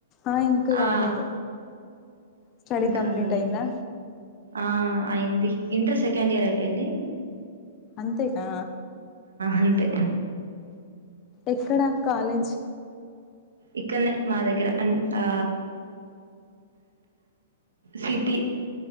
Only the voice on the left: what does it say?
ఆ ఇంకా కాలేదు
స్టడీ
కంప్లీట్
అయిందా
అంతేనా
ఎక్కడా కాలేజ్